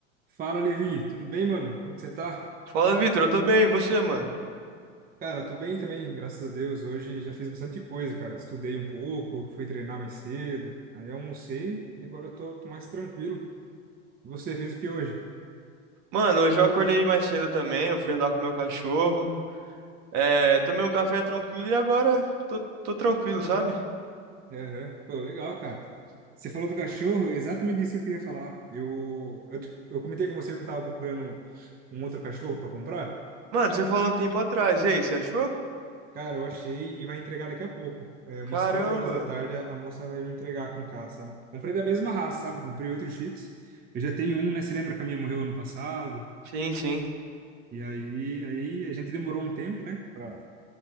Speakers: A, on the right (about 25°); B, on the right (about 50°).
A: Fala, Levi, tudo bem, mano? Como que você tá?
B: Fala, Vitor, eu tô bem, e você, mano?
A: Cara, tô bem também, graças a Deus. Hoje já fiz bastante coisa, cara. Estudei um pouco, fui treinar mais cedo, aí almocei e agora eu tô, tô mais tranquilo. E você fez o que hoje?
B: Mano, hoje eu acordei mais cedo também, eu fui andar com meu cachorro, é, tomei um café tranquilo e agora tô, tô tranquilo, sabe?
A: Aham. Pô, legal, cara. Você falou do cachorro, exatamente isso que eu queria falar. Eu, eu, te- eu comentei com você que eu tava procurando um outro cachorro pra comprar.
B: Mano, você falou um tempo atrás, e aí, você achou?
A: Cara, eu achei e vai entregar daqui a pouco. É, umas
B: Caramba!
A: quatro horas da tarde a moça vai me entregar aqui em casa, sabe? Comprei da mesma raça, sabe? Comprei outro Shih Tzus. Eu já tenho um, né? Você lembra que a minha morreu ano passado?
B: Sim, sim.
A: E aí, aí a gente demorou um tempo, né? Pra,